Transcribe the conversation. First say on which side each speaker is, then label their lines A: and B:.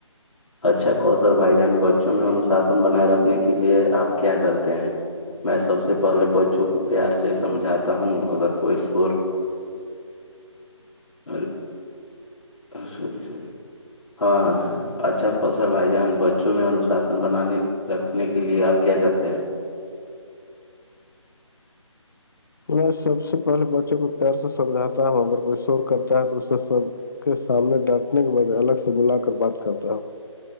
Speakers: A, on the left; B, on the left.
A: اچھا کوشر بھائی جان بچوں میں انوشاسن بنائے رکھنے کے لیے آپ کیا کرتے ہیں میں سب سے پہلے بچوں کو پیار سے سمجھاتا ہوں اگر کوئی سر <unintelligible> <unintelligible> ہاں اچھا کوسل بھائی جان بچوں میں انوشاسن بنانے رکھنے کے لیے آپ کیا کرتے ہیں
B: میں سب سے پہلے بچوں کو پیار سے سمجھاتا ہوں اگر کوئی شور کرتا ہے تو اس سے سب کے سامنے ڈانٹنے کے بجائے الگ سے بلا کر بات کرتا ہوں